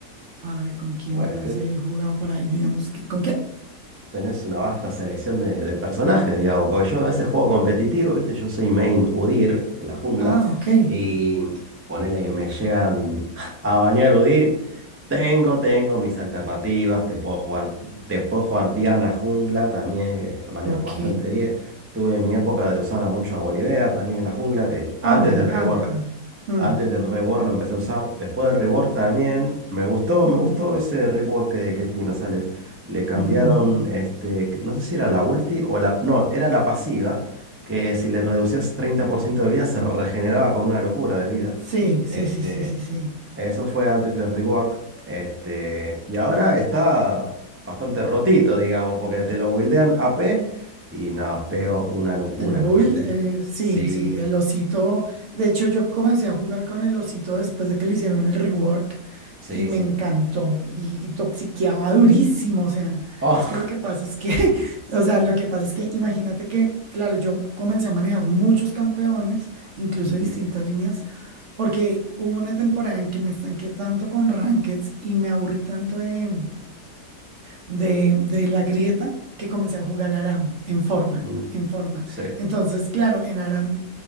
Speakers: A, on the right; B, on the right.
A: A ver, ¿con quién
B: Bueno,
A: más
B: que
A: he jugado por ahí? Digamos que... ¿Con qué?
B: tenés una vasta selección de, de personajes, digamos. Porque yo a veces juego competitivo, ¿viste? Yo soy main Udyr en la jungla.
A: Ah, ok,
B: Y ponele, me llegan a bañar Udyr. Tengo, tengo mis alternativas. Te puedo jugar, te puedo jugar Diana jungla también, que la manejo
A: ok.
B: bastante bien. Tuve mi época de usar a mucho a Bolívar también en la jungla, que antes
A: Ay, me encanta.
B: del rework
A: Mm,
B: Antes del rework lo empecé a usar. Después del rework también. Me gustó,
A: ujú,
B: me gustó ese rework que, que tiene. O sea, le, le cambiaron,
A: ujú.
B: este, que- no sé si era la ulti o la... No, era la pasiva, que si le reducías 30% de vida se regeneraba con una locura de vida.
A: Sí, sí,
B: Este,
A: sí, sí, sí, sí.
B: eso fue antes del rework. Este, y ahora está bastante rotito, digamos, porque te lo buildean AP y no, pego una locura,
A: El Bull,
B: no sé si viste.
A: eh, sí,
B: Sí,
A: sí, el osito. De hecho, yo comencé a jugar con el osito después de que le hicieron el rework
B: sí,
A: y me
B: sí.
A: encantó y, y toxiqueaba durísimo. O sea,
B: Oh.
A: es que lo que pasa es que, <laughs> o sea, lo que pasa es que imagínate que, claro, yo comencé a manejar muchos campeones, incluso
B: <laughs>
A: de distintas líneas, porque hubo una temporada en que me estanqué tanto con rankeds y me aburrí tanto de de, de la grieta que comencé a jugar Aram en forma,
B: Mm,
A: en forma.
B: Sí.
A: Entonces, claro, en Aram